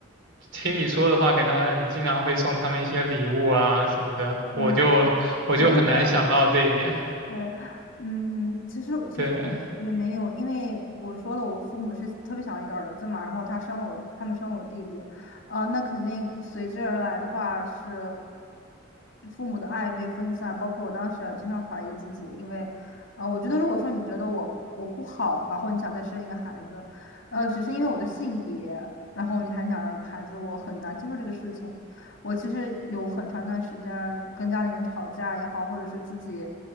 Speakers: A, on the right; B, on the left.
A: 听你说的话，感觉好像你经常会送他们一些礼物啊什么的，
B: 嗯，
A: 我就我就很难想到这一点。
B: 然后是，嗯，其实其实也没有，
A: 对
B: 因为我说了，我父母是特别想要一个儿子嘛，然后他生了我，他们生了我弟弟，呃，那肯定随之而来的话是父母的爱被分散，包括我当时也经常怀疑自己，因为，呃，我觉得如果说你觉得我我不好，然后你想再生一个孩子，呃，只是因为我的性别，然后你还想要一个孩子，我很难接受这个事情。我其实有很长一段时间跟家里人吵架也好，或者是自己，